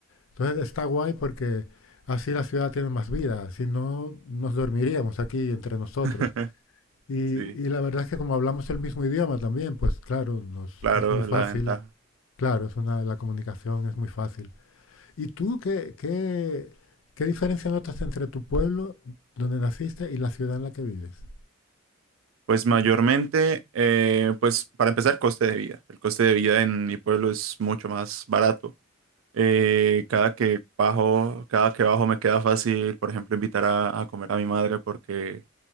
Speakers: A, on the left; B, on the right.
A: Entonces está guay porque así la ciudad tiene más vida, si no nos dormiríamos aquí entre nosotros.
B: <laughs>
A: Y,
B: Sí,
A: y la verdad es que como hablamos el mismo idioma también, pues claro, nos,
B: claro,
A: es muy fácil,
B: la ventaja.
A: claro, es una, la comunicación es muy fácil. ¿Y tú qué, qué, qué diferencia notas entre tu pueblo donde naciste y la ciudad en la que vives?
B: Pues mayormente, eh, pues para empezar, coste de vida. El coste de vida en mi pueblo es mucho más barato. Eh, cada que bajo, cada que bajo me queda fácil, por ejemplo, invitar a, a comer a mi madre porque,